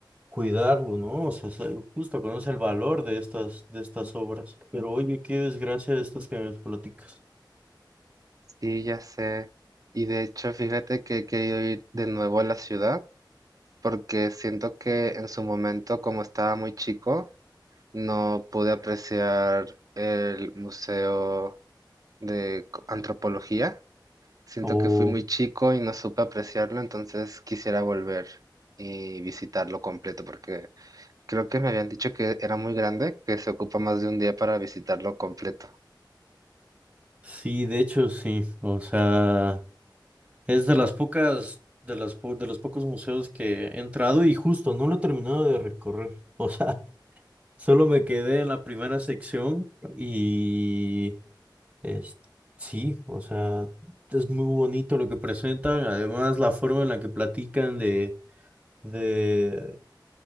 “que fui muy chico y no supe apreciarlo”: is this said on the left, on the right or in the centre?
Right